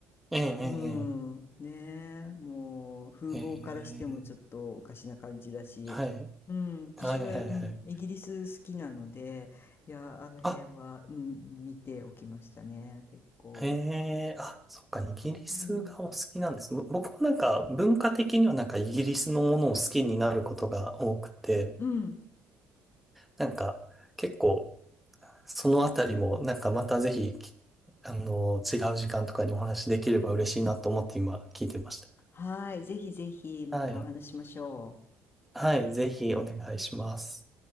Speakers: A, in the centre; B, on the left.
A: ええ
B: うん、ねえ、もう風貌からしてもちょっとおかしな感じだし、
A: ええええええはい。
B: うん、私は、
A: はいはいはい。
B: うん、イギリス好きなので、いや、あの辺は、
A: あ、
B: うん、見ておきましたね、結構。
A: へえ、あ、そっか、イギリスがお好きなんですねぼ僕もなんか文化的にはなんかイギリスのものを好きになることが多くて、
B: うん、うん、
A: なんか結構そのあたりもなんかまたぜひ、きあの、違う時間とかにお話できれば嬉しいなと思って今聞いてまし
B: はい、ぜひぜひまたお話ししましょう。
A: た。はい。はい、ぜひお願いします。